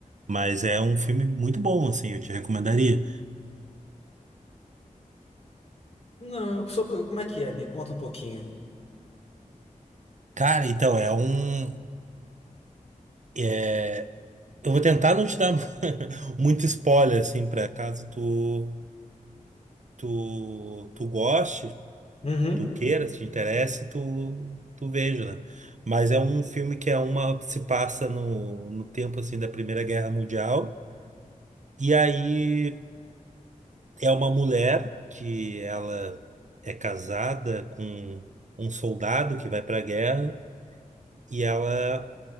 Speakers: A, on the right (about 60°); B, on the left (about 50°).
A: mas é um filme muito bom, assim, eu te recomendaria.
B: Não, sobre, como é que é? Me conta um pouquinho.
A: Cara, então, é um. é- Eu vou tentar não te dar <laughs> muito spoiler, assim, pra caso tu, tu, tu goste,
B: Uhum.
A: tu queira, se te interesse, tu, tu veja, né? Mas é um filme que é uma. que se passa no, no tempo, assim, da Primeira Guerra Mundial, e aí. É uma mulher que ela é casada com um soldado que vai para a guerra e ela